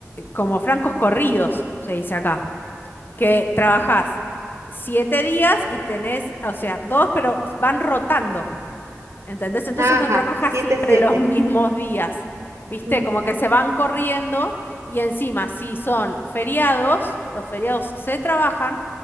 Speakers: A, on the left; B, on the right.
A: como francos corridos, se dice acá, que trabajás siete días y tenés, o sea, dos, pero van rotando, ¿entendés? Entonces
B: Ajá,
A: no trabajas
B: siete
A: siempre
B: siete
A: <laughs> los mismos días, ¿viste?
B: Ujú,
A: Como que se van corriendo y encima, si son feriados, los feriados se trabajan,